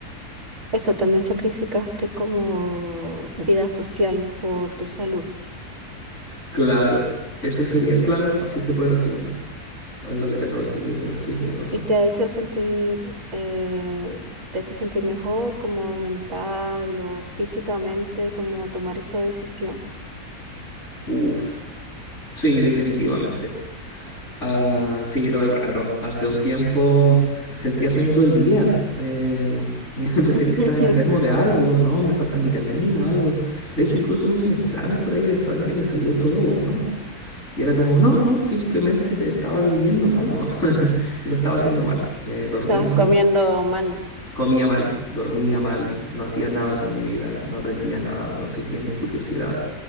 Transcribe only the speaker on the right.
Eso también sacrificaste como vida social por tu salud
y te ha hecho sentir, eh, te ha hecho sentir mejor como mental o físicamente, como tomar esa decisión.
<laughs>
Estabas
comiendo mal.